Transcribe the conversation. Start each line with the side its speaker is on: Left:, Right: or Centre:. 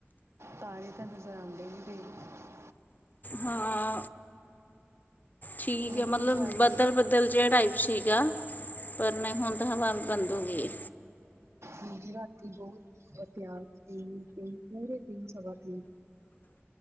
Right: ਤਾਰੇ ਤਾਂ ਨਜ਼ਰ ਆਂਦੇ ਨਿ <unintelligible>
Left: ਹਾ ਠੀਕ
Right: ਦੇਖੋ
Left: ਹੈ ਮਤਲਬ,
Right: ਸ਼ਾਇਦ
Left: ਬੱਦਲ ਬੱਦਲ ਜਿਹੜਾ ਹੀ ਸੀਗਾ, ਪਰ ਨਹੀਂ ਹੁਣ ਤਾਂ ਹਵਾ ਵੀ ਬੰਦ ਹੋ ਗਈ ਹੈ।
Right: ਹਾਂਜੀ ਰਾਤੀ ਬਹੁਤ ਪਿਆਰ ਸੀਨ ਪੂਰੇ ਦਿਨ ਸ ਹਮ ਬ <unintelligible>